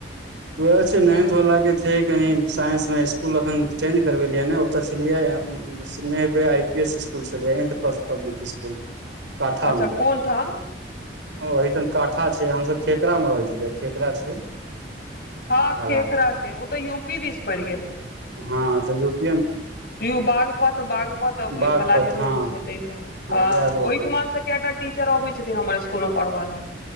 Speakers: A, on the right (about 80°); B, on the left (about 50°).
A: <unintelligible> आहा से नान्थ
B: हूँ
A: वला के छै, कनि साइंस मे स्कूल अखन चेंज करवेलियै ने, ओते छलियै। सुनेब, आई पी एस स्कूल छलै, प्राइवेट स्कूल। काठामे
B: अच्छा कोन ठाम
A: ओतेक काठा छै, हम सभ खटकरामे रहै छी। खेखरा छै।
B: हँ खेखरा
A: आगाँ
B: छै ओ तऽ यू पी दिस पैड़ गेल
A: हँ यूपी
B: यौ, बागपत बागपत, ओहि
A: बागपत
B: वाला जे रोड
A: हँ
B: छै तऽ हँ, ओहि
A: वएह रोड मे
B: ठामसँ। केटा टीचर अबै छथिन हमर स्कुल मे पढ़बे लए।